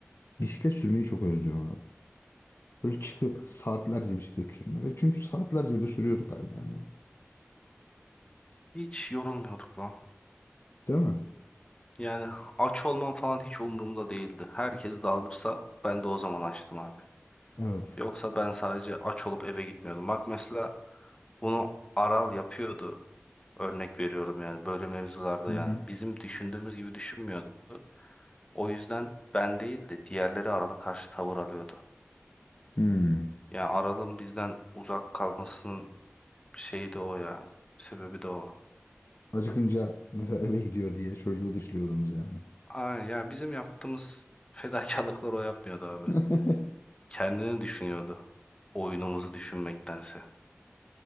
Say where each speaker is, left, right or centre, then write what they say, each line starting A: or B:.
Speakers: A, on the left (about 60°); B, on the left (about 25°).
A: Bisiklet sürmeyi çok özlüyorum abi. Böyle çıkıp saatlerce bisiklet sürme. Ve çünkü saatlerce de sürüyorduk harbiden. ya.
B: Hiç yorulmuyorduk lan.
A: Değil mi?
B: Yani aç olmam falan hiç umurumda değildi. Herkes dağılırsa ben de o zaman açtım abi.
A: Evet.
B: Yoksa ben sadece aç olup eve gitmiyordum. Bak mesela bunu Aral yapıyordu. Örnek veriyorum yani böyle mevzularda
A: Hı
B: yani
A: hı.
B: bizim düşündüğümüz gibi düşünmüyordu. O yüzden ben değil de diğerleri Aral'a karşı tavır alıyordu.
A: Hmm.
B: Yani Aral'ın bizden uzak kalmasının şeyi de o yani. Sebebi de o.
A: Acıkınca mesela eve gidiyor diye çocuğu dışlıyordunuz yani.
B: Aynen yani bizim yaptığımız fedakarlıklar o yapmıyordu abi.
A: <laughs>
B: kendini düşünüyordu. Oyunumuzu düşünmektense.